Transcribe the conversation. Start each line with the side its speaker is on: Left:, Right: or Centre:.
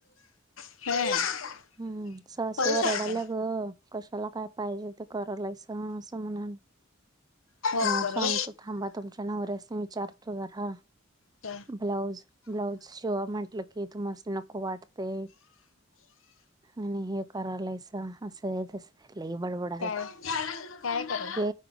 Left: <inaudible>
Right: हम्म सासू
Left: पाऊस
Right: वरडाल्या
Left: आहे
Right: ग. कशाला काय पाहिजे ते करालायस असं म्हणाल.
Left: काय हो
Right: नाव
Left: करू
Right: सांग तू थांबा तुमच्या नवऱ्यास नी विचारतो जरा.
Left: अ्.
Right: ब्लाऊज ब्लाऊज शिवा म्हटलं की तुमस् नी नको वाटते. आणि हे करायलायचं असं तस. लय बडबडालती
Left: काय काय काय करू
Right: हे